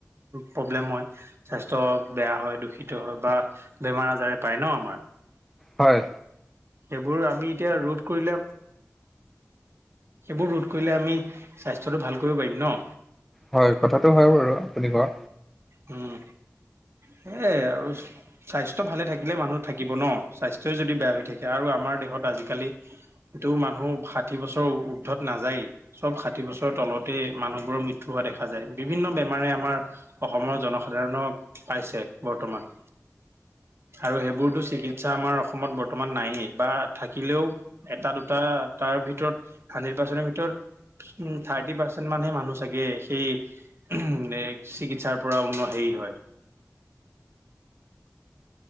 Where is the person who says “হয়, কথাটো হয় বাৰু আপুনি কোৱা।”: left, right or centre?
Centre